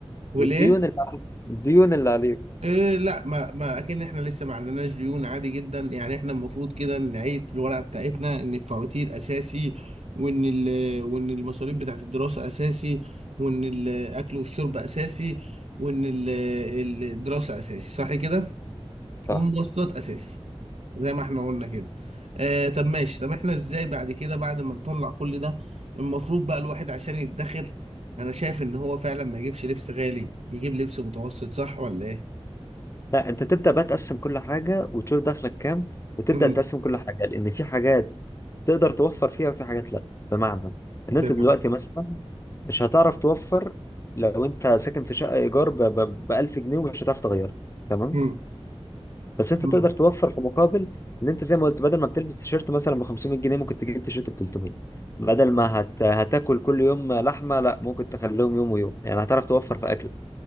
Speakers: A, on the right; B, on the left.
A: وليه
B: والديون اللي عليك الديون اللي عليك
A: إيه لا ما ما اكن احنا لسه ما عليناش ديون عادي جدا يعني احنا المفروض كده نعيد في الورقه بتاعتنا ان الفواتير اساسي وان ال- وان المصاريف بتاعت الدراسه اساسي وان الاكل والشرب اساسي وان ال- الدراسه اساسي صح كده
B: صح
A: والمواصلات اساسي زي ما احنا قلنا كده آه طب ماشي طب احنا ازاي بعد كده بعد ما نطلع كل ده المفروض بقى الواحد عشان يدخر انا شايف ان هو فعلا ما يجيبش لبس غالي يجيب لبس متوسط صح ولا ايه
B: لا انت تبدا بقى تقسم كل حاجه وتشوف دخلك كام وتبدا
A: امم
B: تقسم كل حاجه لان في حاجات تقدر توفر فيها وفي حاجات لا بمعنى
A: بمعنى
B: ان انت دلوقتي مثلا مش هتعرف توفر لو انت ساكن في شقه ايجار ب 1000 جنيه ومش هتعرف تغيرها تمام
A: امم
B: بس انت
A: أمم.
B: تقدر توفر في مقابل ان انت زي ما قلت بدل ما بتلبس تيشيرت مثلا ب 500 جنيه ممكن تجيب تيشيرت ب 300 بدل
A: آه.
B: ما هت... هتاكل كل يوم لحمه لا ممكن تخليهم يوم ويوم يعني هتعرف توفر في اكل